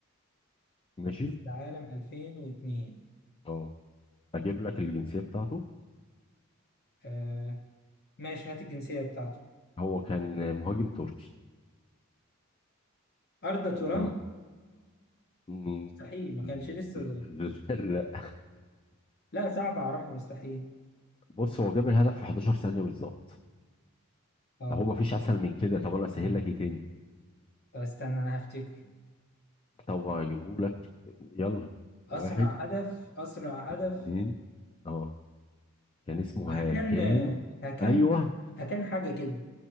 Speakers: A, on the left; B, on the left.
A: ماشي
B: كاس العالم 2002
A: اه اجيب لك الجنسية بتاعته
B: آه ماشي هات الجنسية بتاعته
A: هو كان مهاجم تركي
B: أردا توران
A: مم. مم.
B: مستحيل ما كانش لسه
A: <laughs> لا
B: لا صعب أعرفه مستحيل
A: بص هو جاب الهدف في 11 ثانية بالظبط
B: اه
A: اهو ما فيش اسهل من كده طب انا اسهل
B: آه.
A: لك ايه تاني
B: طب استنى أنا هفتكر
A: طب اجيبه لك يلا واحد
B: أسرع هدف أسرع
A: اتنين
B: هدف
A: اه كان اسمه
B: هكان
A: هاكان
B: هكان
A: ايوه
B: هكان حاجة كده